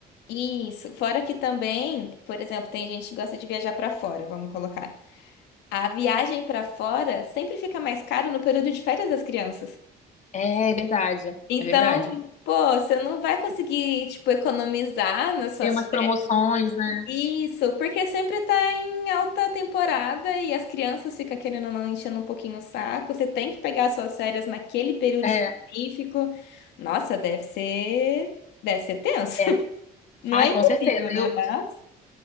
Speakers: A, on the left (about 85°); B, on the left (about 45°).
A: Isso. Fora que também, por exemplo, tem gente que gosta de viajar pra fora, vamos colocar. A viagem pra fora sempre fica mais caro no período de férias das crianças.
B: É verdade,
A: Então,
B: é verdade.
A: pô, você não vai conseguir, tipo, economizar nas suas
B: Tem umas promoções, né?
A: Isso, porque sempre tá em alta temporada e as crianças ficam querendo ou não enchendo um pouquinho o saco. Você tem que pegar suas férias naquele período
B: É,
A: específico. Nossa, deve ser, deve ser tenso.
B: é.
A: <laughs> Não
B: Ai,
A: é impossível,
B: com certeza.
A: né?
B: Eu,
A: Mas.